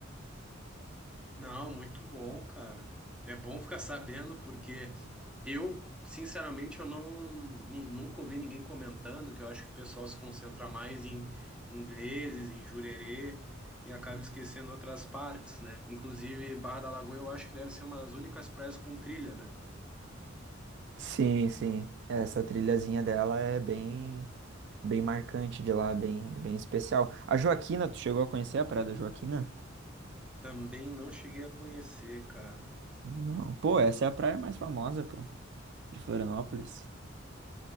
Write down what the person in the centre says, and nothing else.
Não, muito bom, cara. É bom ficar sabendo porque eu, sinceramente, eu não ni- nunca ouvi ninguém comentando que eu acho que o pessoal se concentra mais em ingleses, em jurerê e acaba esquecendo outras partes, né? Inclusive, Barra da Lagoa eu acho que deve ser uma das únicas praias com trilha, né?
Também não cheguei a conhecer, cara.